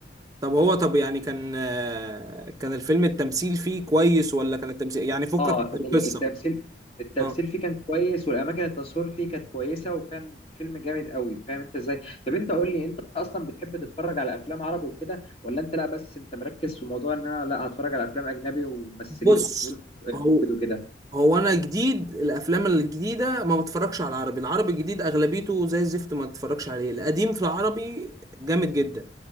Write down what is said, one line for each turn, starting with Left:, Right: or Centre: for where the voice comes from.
Right: طب هو طب يعني كان آه، كان الفيلم التمثيل فيه كويس ولا كان التمثيل يعني فكك
Left: اه
Right: من
Left: كانت
Right: القصه
Left: ال- التمثيل التمثيل
Right: اه
Left: فيه كان كويس والاماكن التصوير فيه كانت كويسه وكان فيلم جامد قوي فاهم انت ازاي طب انت قول لي انت اصلا بتحب تتفرج على افلام عربي وكده ولا انت لا بس انت مركز في موضوع ان انا لا هتفرج على افلام اجنبي وممثلين
Right: بص
Left: بول-
Right: هو
Left: بوليوود وكده
Right: هو انا جديد الافلام الجديده ما بتفرجش على العربي العربي الجديد اغلبيته زي الزفت ما بتفرجش عليه القديم في العربي جامد جدا